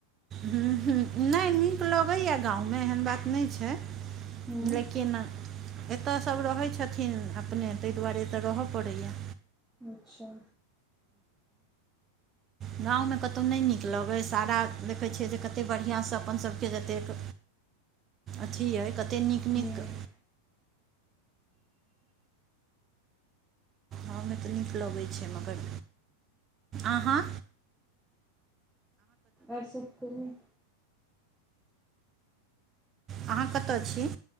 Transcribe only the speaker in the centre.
हूँ
अच्छा
हूँ
आर सब कहु